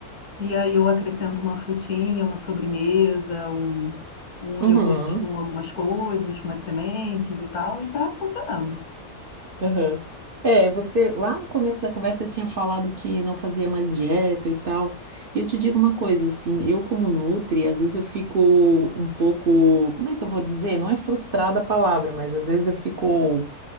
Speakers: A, on the left; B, on the right.
A: E aí eu acrescento uma frutinha, uma sobremesa, um, um
B: uhum.
A: iogurte com algumas coisas, com umas sementes e tal, e tá funcionando.
B: Aham. É, você lá no começo da conversa você tinha falado que não fazia mais dieta e tal. E Eu te digo uma coisa, assim, eu como nutri, às vezes eu fico um pouco, como é que eu vou dizer? Não é frustrada a palavra, mas às vezes eu fico